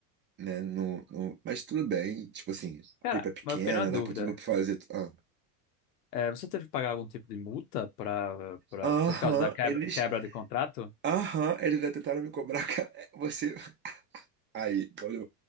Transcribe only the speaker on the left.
Cara,
mas eu fiquei numa dúvida.
É, você teve que pagar algum tipo de multa pra, pra,
por causa da quebra,
quebra de contrato?